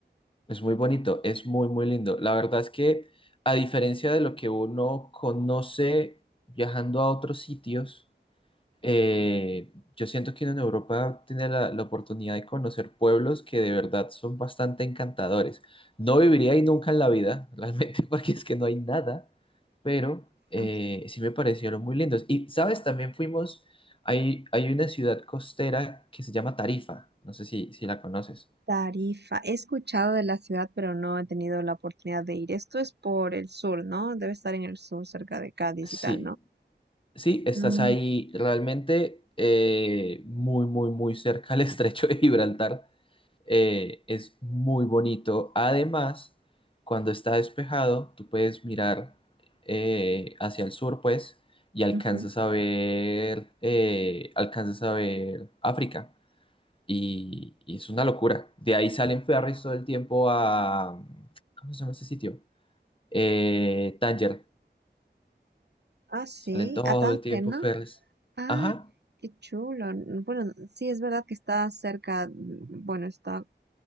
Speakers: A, on the left; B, on the right.
A: Es muy bonito, es muy, muy lindo. La verdad es que a diferencia de lo que uno conoce viajando a otros sitios, Eh, yo siento que uno en Europa tiene la, la oportunidad de conocer pueblos que de verdad son bastante encantadores. No viviría ahí nunca en la vida, <laughs> realmente, porque es que no hay nada, pero eh,
B: ¿no?
A: sí me parecieron muy lindos. Y, ¿sabes? También fuimos, hay, hay una ciudad costera que se llama Tarifa, no sé si, si la conoces.
B: Tarifa. He escuchado de la ciudad, pero no he tenido la oportunidad de ir. Esto es por el sur, ¿no? Debe estar en el sur, cerca de Cádiz
A: Sí,
B: y tal, ¿no?
A: sí, estás
B: Mm,
A: ahí realmente eh, muy, muy, muy cerca al <laughs> estrecho de Gibraltar. eh, es muy bonito. Además, cuando está despejado, tú puedes mirar eh, hacia el sur, pues, y alcanzas
B: ujú.
A: a ver, eh, alcanzas a ver África. Y, y es una locura. De ahí salen ferries todo el tiempo a... ¿Cómo se llama ese sitio? Eh, Tánger.
B: Ah, sí,
A: Salen todo
B: a Tánger,
A: el tiempo
B: ¿no?
A: ferries.
B: Ah,
A: Ajá,
B: qué chulo. N- Bueno, sí, es verdad que está cerca, mm, bueno, está